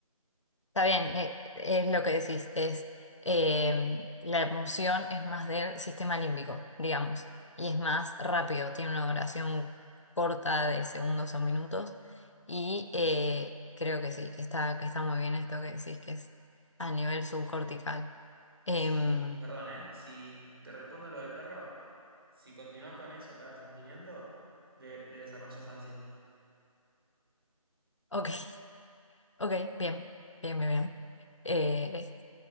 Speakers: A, on the left (about 55°); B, on the right (about 40°).
A: Está bien, eh, es lo que decís, es eh, la emoción es más del sistema límbico, digamos, y es más rápido, tiene una duración corta de segundos o minutos, y eh, creo que sí, que está, que está muy bien esto que decís, que es a nivel subcortical. Em,
B: Sí, perdón, ¿eh? Si te respondo lo del perro, si continúas con eso para sentimiento, de, de desarrollas ansiedad.
A: ok, <laughs> ok, bien, bien, bien, bien. Eh,